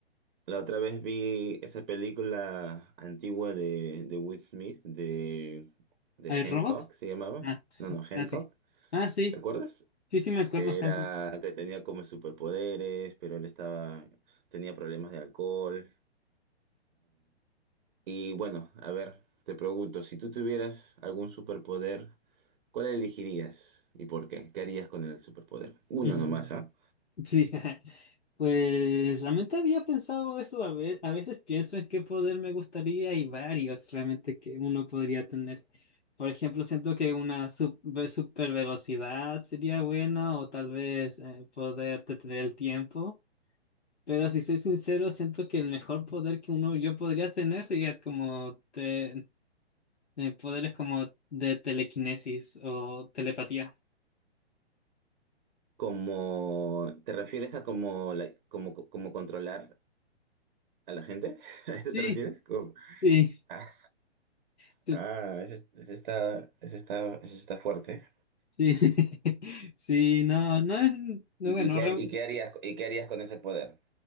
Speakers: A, on the right; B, on the left.
A: La otra vez vi esa película antigua de, de Will Smith, de, de
B: ¿Al
A: Hancock,
B: robot?
A: se llamaba.
B: Ah, sí,
A: No, no,
B: sí,
A: Hancock.
B: ah, sí. Ah, sí,
A: ¿Te acuerdas?
B: sí, sí, me acuerdo,
A: Que
B: Hancock.
A: Era que tenía como superpoderes, pero él estaba, tenía problemas de alcohol. Y bueno, a ver, te pregunto, si tú tuvieras algún superpoder, ¿cuál elegirías y por qué? ¿Qué harías con el superpoder? Uno
B: Mm,
A: nomás, ¿ah?
B: Sí, <laughs> pues realmente había pensado eso. A ve- a veces pienso en qué poder me gustaría y varios realmente que uno podría tener. Por ejemplo, siento que una super, super velocidad sería buena o tal vez eh, poder detener el tiempo. Pero si soy sincero, siento que el mejor poder que uno yo podría tener sería como te, eh, poderes como de telequinesis o telepatía.
A: Como, ¿te refieres a como, la- como, como controlar a la gente? <laughs> ¿A eso
B: Sí,
A: te refieres? Como-
B: sí,
A: Ah,
B: sí,
A: ah, ese, ese está, ese está, ese está fuerte.
B: sí, <laughs> Sí, no, no es, no,
A: ¿Y,
B: bueno,
A: y qué,
B: re-
A: y qué harías, y qué harías con ese poder?